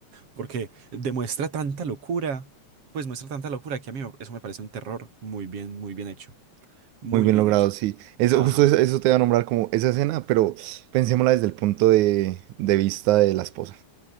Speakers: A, on the right; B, on the right.
A: Porque demuestra tanta locura, pues muestra tanta locura que a mí me- eso me parece un terror muy bien, muy bien hecho, muy
B: Muy bien
A: bien
B: logrado,
A: hecho.
B: sí. Eso,
A: Ajá,
B: justo eso, eso te iba a nombrar como esa escena, pero pensémosla desde el punto de, de vista de la esposa.